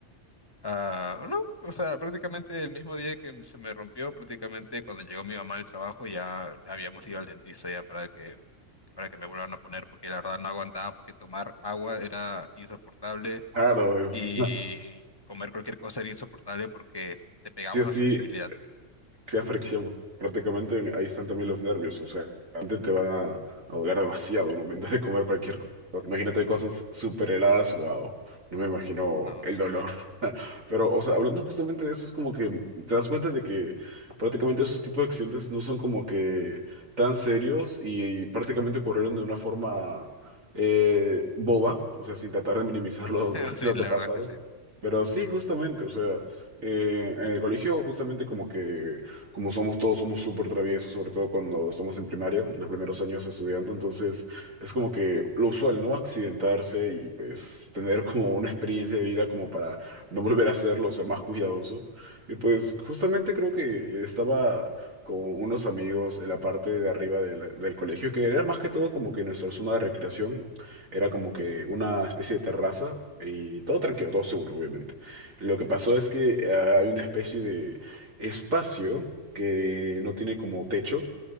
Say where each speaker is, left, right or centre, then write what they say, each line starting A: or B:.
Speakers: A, on the left; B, on the right.
A: Ah, no, o sea, prácticamente el mismo día que se me rompió, prácticamente cuando llegó mi mamá del trabajo ya habíamos ido al dentista ya para que para que me vuelvan a poner porque la verdad no aguantaba porque tomar agua era insoportable
B: Claro,
A: y
B: <laughs>
A: comer cualquier cosa era insoportable porque te pegaba
B: sí o
A: una
B: sí,
A: sensibilidad.
B: sea fricción. Prácticamente ahí están también
A: Ujú,
B: los nervios, o sea, antes te van a, a doler demasiado al momento de comer cualquier cosa. Imagínate cosas súper heladas, wow, no me imagino
A: No
B: el dolor.
A: sé.
B: <laughs> Pero, o sea, hablando justamente de eso, es como que te das cuenta de que prácticamente esos tipos de accidentes no son como que tan serios y, prácticamente ocurrieron de una forma eh, boba, o sea, sin tratar de minimizar los,
A: <laughs> Sí,
B: <laughs> lo
A: la
B: que pasaron.
A: verdad que sí.
B: Pero sí, justamente, o sea, eh, en el colegio justamente como que como somos todos, somos súper traviesos, sobre todo cuando estamos en primaria, en los primeros años
A: ujú,
B: estudiando, entonces es como que lo usual, ¿no? Accidentarse y pues tener como una experiencia de vida como para no volver a hacerlo, ser más cuidadoso. Y pues justamente creo que estaba con unos amigos en la parte de arriba de la- del colegio, que era más que todo como que nuestra zona de recreación, era como que una especie de terraza y todo tranquilo, todo seguro, obviamente. Lo que pasó es que ah, hay una especie de espacio que no tiene como techo.